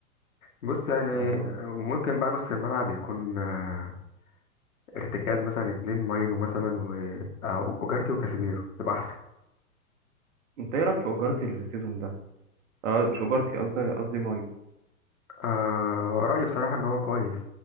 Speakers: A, on the left; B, on the right.
A: بص يعني
B: آه
A: ممكن بقى نص الملعب يكون آه، ارتكاز مثلا اتنين ماينو مثلا و آه، وجارتي وكاسيميرو تبقى احسن
B: انت ايه رأيك في اجارتي السيزون ده آه مش اجارتي قصدي قصدي ماينو
A: آه رأيي بصراحة ان هو كويس